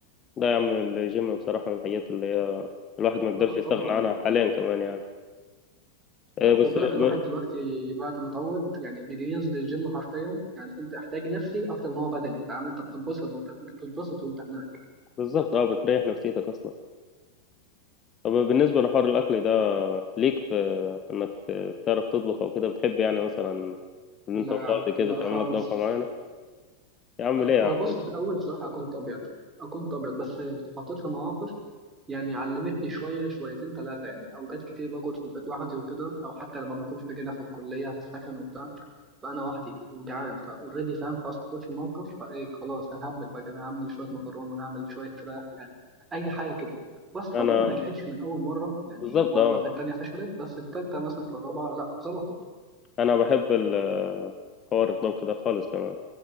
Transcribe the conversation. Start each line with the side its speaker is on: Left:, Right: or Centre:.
Left: ده يا عم الجيم بصراحة من الحاجات اللي هي الواحد ما يقدرش
Right: اه
Left: يستغنى
Right: طبعا
Left: عنها حاليا كمان يعني
Right: لا
Left: آه، بس
Right: خد بالك الواحد
Left: ب...
Right: دلوقتي بعد ما اتعود يعني بيجي ينزل الجيم حرفيا يعني انت احتاج نفسي اكتر ما هو بدني فاهم انت بتتبسط وانت انت بتتبسط وانت هناك
Left: بالظبط اه بتريح نفسيتك اصلا طب بالنسبة لحوار الاكل ده ليك في انك تعرف تطبخ او كده بتحب يعني مثلا ان
Right: لا
Left: انت فاضي
Right: لا
Left: كده تعمل
Right: خالص
Left: لك طبخة معينة يا عم ليه يا
Right: هو
Left: عم
Right: بص في الاول بصراحه كنت ابيض كنت ابيض بس اتحطيت في مواقف يعني علمتني شويه شويتين ثلاثه يعني اوقات كتير بقعد في البيت لوحدي وكده او حتى لما بكون في جنة في الكليه في السكن وبتاع فانا وحدي وجعان فاوريدي فاهم خلاص اتحطيت في الموقف فايه خلاص ههبل بقى انا هعمل شويه مكرونه هعمل شويه فراخ يعني اي حاجه كده بس
Left: انا
Right: طبعا ما نجحتش من اول مره يعني
Left: بالظبط
Right: مره
Left: اه
Right: في الثانيه فشلت بس الثالثه مثلا في الرابعه لا ظبطت
Left: انا بحب ال- حوار الطبخ ده خالص كمان